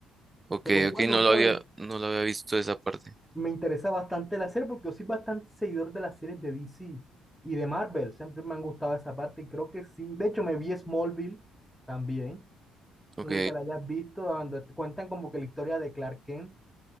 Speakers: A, on the right (about 25°); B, in the centre.
A: Ok,
B: Pero bueno,
A: ok, no lo
B: ¿sabes?
A: había, no lo había visto esa parte.
B: me interesa bastante la serie porque yo soy bastante seguidor de las series de DC y de Marvel. Siempre me han gustado esa parte y creo que sí. De hecho, me vi Smallville también.
A: Ok,
B: No sé si te la hayas visto, donde te cuentan como que la historia de Clark Kent,